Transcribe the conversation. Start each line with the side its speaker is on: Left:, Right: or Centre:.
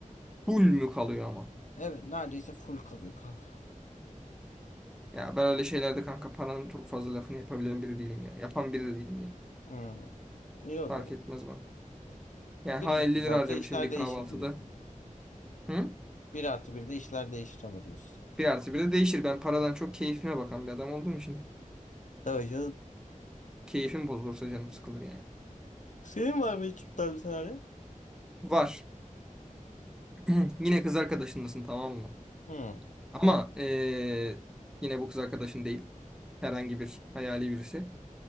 Centre: Full mü kalıyor ama?
Left: Evet neredeyse full kalıyor kanka.
Centre: Ya ben öyle şeylerde kanka paranın çok fazla lafını yapabilen biri değilim ya. Yapan biri de değilim yani.
Left: Hmm. İyi o
Centre: Fark
Left: zaman.
Centre: etmez bana. Yani
Left: Bir
Centre: ha
Left: artı
Centre: 50
Left: bir
Centre: lira
Left: olsa
Centre: harcamışım
Left: işler
Centre: bir
Left: değişir
Centre: kahvaltıda.
Left: diyorsun.
Centre: Hı?
Left: Bir artı bir de işler değişir ama diyorsun.
Centre: bir artı 1 de değişir. Ben paradan çok keyfime bakan bir adam olduğum için
Left: Tabii canım.
Centre: keyfim bozulursa canım sıkılır yani.
Left: Senin var mı hiç bu tarz bir senaryo?
Centre: Var. <clears throat> Yine kız arkadaşındasın tamam mı?
Left: Hmm,
Centre: Ama eee, yine bu kız arkadaşın değil. Herhangi bir hayali birisi.